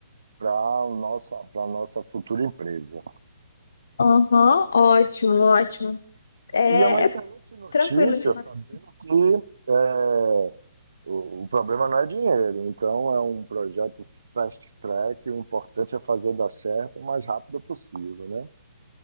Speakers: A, on the right; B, on the left.
A: para a nossa, para nossa futura empresa.
B: Aham, ótimo, ótimo. É,
A: E é uma excelente
B: é
A: notícia
B: tranquilo de passar.
A: sabendo que é, o, o problema não é dinheiro, então é um projeto fast track, o importante é fazer dar certo o mais rápido possível, né?